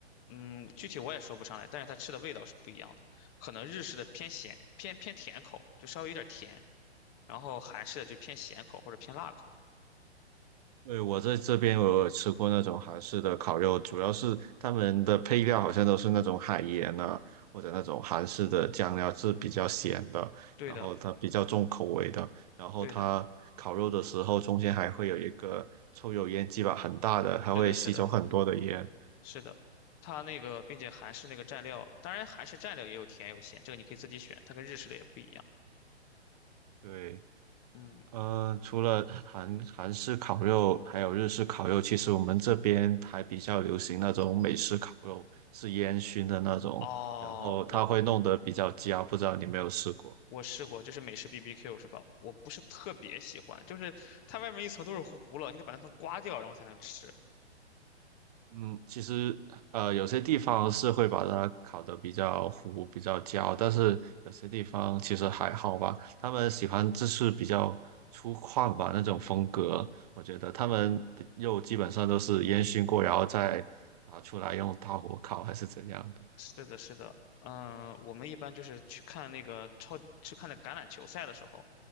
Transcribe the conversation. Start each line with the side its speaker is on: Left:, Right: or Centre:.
Left: 嗯，具体我也说不上来，但是它吃的味道是不一样的。可能日式的偏咸偏偏甜口，就稍微有点甜，然后韩式的就偏咸口或者偏辣口。
Right: 对，我在这边我有吃过那种韩式的烤肉，主要是他们的配料好像都是那种海盐啊，或者那种韩式的酱料是比较咸的，
Left: 对的，
Right: 然后它比较重口味的，然后它烤肉的时候中间还会有一个抽油烟机吧，
Left: 对的，
Right: 很大的，它会吸走很多的烟。
Left: 是的，是的。是的，它那个并且韩式那个蘸料，当然韩式蘸料也有甜有咸，这个你可以自己选，它跟日式的也不一样。
Right: 对，
Left: 嗯，
Right: 呃，除了韩韩式烤肉，还有日式烤肉，其实我们这边还比较流行那种美式烤肉，是烟熏的那种，
Left: 哦，
Right: 然后它会弄得比较焦，
Left: 我
Right: 不知道你有没有试过？
Left: 我试过，就是美式 BBQ 是吧？我不是特别喜欢，就是它外面一层都是糊了，你得把那层刮掉，然后才能吃。
Right: 嗯，其实呃，有些地方是会把它烤得比较糊、比较焦，但是有些地方其实还好吧。他们喜欢就是比较粗犷吧那种风格，我觉得他们的肉基本上都是烟熏过，然后再拿出来用大火烤还是怎样的。
Left: 是的，是的，嗯，我们一般就是去看那个超去看那橄榄球赛的时候，